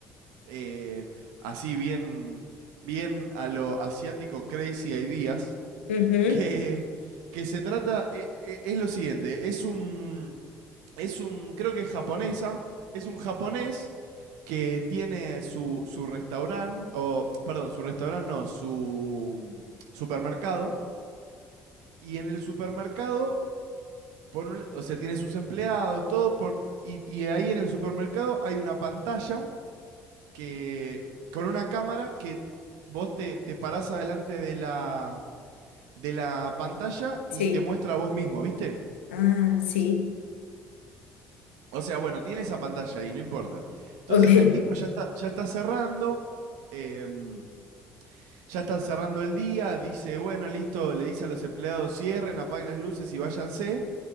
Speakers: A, on the right; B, on the left.
A: eh, así bien, bien a lo asiático crazy ideas,
B: Ujú,
A: que, que se trata, eh, eh, es lo siguiente, es un, es un, creo que es japonesa, es un japonés que tiene su, su restaurante, o perdón, su restaurante no, su mm, supermercado, y en el supermercado por un o sea, tiene sus empleados, todo, por, y, y ahí en el supermercado hay una pantalla que, con una cámara que vos te, te parás adelante de la, de la pantalla
B: Sí.
A: y te muestra a vos mismo, ¿viste?
B: Ah, sí.
A: O sea, bueno, tiene esa pantalla ahí, no importa. Entonces
B: Ok. <laughs>
A: el tipo ya está, ya está cerrando, em, ya está cerrando el día, dice, bueno, listo, le dice a los empleados, cierren, apaguen las luces y váyanse.